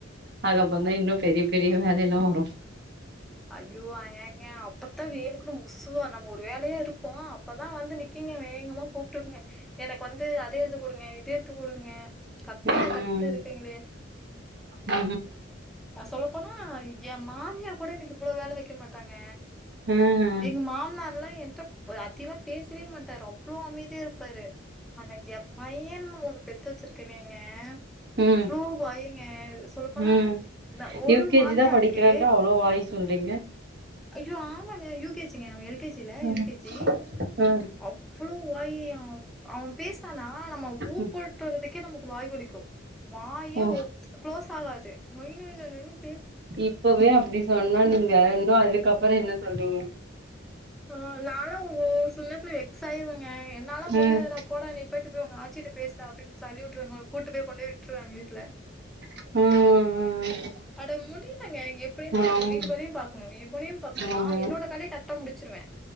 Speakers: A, on the right; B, in the centre.
A: அதுக்கப்றோந்த இன்னு பெரிய பெரிய வேலை எல்லா வரூ
B: அய்யோ அ ஏங்க அப்பத்தா வேணுக்குன்னு முசுவா நம்ம ஒரு வேலையா இருப்போ அப்பதா வந்து நக் கிங்க வேகமா கூப்பிட்டுங்க எனக்கு வந்து அத எடுத்து குடுங்க இத எடுத்து குடுங்க கத்தற
A: ம்
B: கத்து இருக்குங்களே
A: ம் ம்
B: க சொல்லப்போனா என் மாமியா கூட எனக்கு இவ்வளோ வேல வைக்க மாட்டாங்க
A: ம் ம்
B: எங்க மாமனார்ல்லா என்ட்ட அதிகமா பேசவே மாட்டாற அவ் வ்ளோ அமைதியா இருப்பாரு ஆனா என் பையன்னு ஒண்ணு பெத்து வச்சிருக்கனேங்க
A: ம் ம்
B: அவ்ளோ வாய்ங்க சொல்லபோனா
A: ம்
B: இந்த ஒரு
A: யூ கே
B: மாமியாக்கு
A: ஜி தா படிக்கிறான்ற அவ்ளோ வாய் சொல்றீங்க
B: ஐயோ ஆமாங்க யூ கே சிங்க அவ எல் கே சி இல்ல
A: ம்
B: யூ கே ஜி
A: ம்
B: அவ்ளோ வாயி அவ் அவ பேசுனானா நம்ம ஊ
A: ம்
B: போட்றததுக்கே நமக்கு வாய் வலிக்கு வாயே
A: ஓ
B: ஒ ம்ச் க்ளோஸ் ஆகாது நொய் நொய் நொய் நொய்னு
A: இப்பவே அப்டி சொன்னா நீங்க இன்னு அதுக்கப்பறோ என்ன சொல்லுவீங்க
B: ஆ நாலா ஓ சில நேரத்துல வெக்ஸ் ஆயிருவங்க என்னால்லா முடியாதுடாப்
A: ம்
B: போடா நீ போயிட்டு போய் ஒங்க ஆச்சிட்ட பேசுடா அப்டின் தள்ளி விட்ருவங்க ஒ கூட்டுப்போய் கொண்டோய் விட்ருவே அவங் வீட்ல
A: ம் ம் ம் ம்
B: அட முடியலைங்க எப்டினா
A: ஆமா
B: நானு வீட்டுக்கு வேலையு பாக்கணு இவனையு பாக்கணு
A: ஆமா
B: நா என்னோட வேலைய கரட்டா முடிச்சிருவே